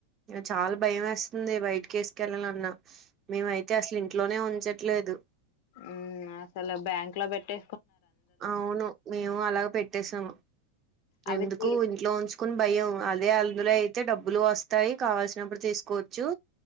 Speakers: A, on the right; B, on the left.
A: చాలా భయం వేస్తుంది బయటికి వేసుకెళ్ళాలన్నా మేమయితే అసలు ఇంట్లోనే ఉంచట్లేదు
B: ఉం అసలు బ్యాంక్ లో పేట్టే
A: అవును మేము అలాగ పెట్టేసాము
B: అవి
A: ఎందుకు
B: తీ
A: ఇంట్లో ఉంచు కుని భయం అదే అందులో అయితే డబ్బులు వస్తాయి కావాల్సినప్పుడు తీసుకోవచ్చు